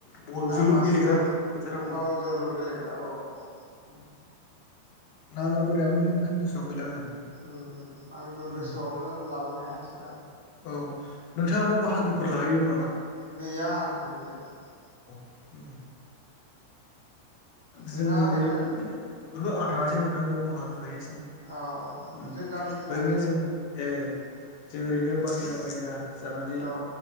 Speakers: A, on the left (about 45°); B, on the right (about 80°).
A: बल
B: नामासो
A: जोलुर गेलेग्रा
B: मामोन
A: फोथाराव
B: औ जोलुर गेलेग्रा औ <inaudible>
A: नामा बोरैयामोनलै नोंथांनि गोसोआव गैला आङो
B: ओम‌ओम आंबो
A: उम
B: गोसोआवनो लाबोनो हायासै दा
A: औ नोंथाङा बो बाहागोफोर लाहैदोंमोन नामा?
B: गैया आं थांनाय जायसै
A: ओम
B: नोंथाङा
A: जोंनिनो
B: थांदों
A: ओहो आं थाङासै नोंथांयाव बाहागो लाहैयासै ओम
B: औ जों गामिनि
A: ओरैनो
B: थांदों
A: जों ए जों
B: उम
A: ओरैनो बाहेरा बाहेरा जानानै
B: औ